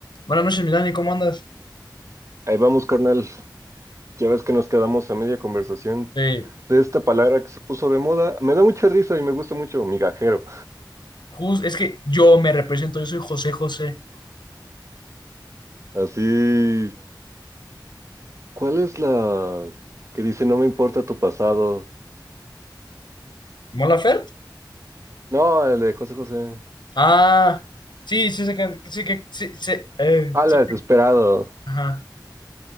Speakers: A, on the left (about 70°); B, on the right (about 40°).
A: Buenas noches, Milani, ¿cómo andas?
B: Ahí vamos, carnal. Ya ves que nos quedamos a media conversación
A: Eh,
B: de esta palabra que se puso de moda. Me da mucha risa y me gusta mucho, migajero.
A: jus- es que yo me represento, yo soy José José.
B: Así, ¿cuál es la que dice no me importa tu pasado?
A: ¿Molafert?
B: No, el de José José.
A: Ah, sí, sí, sé que, sí, que, sí, sí, eh,
B: Ah,
A: sí,
B: la desesperado.
A: ajá.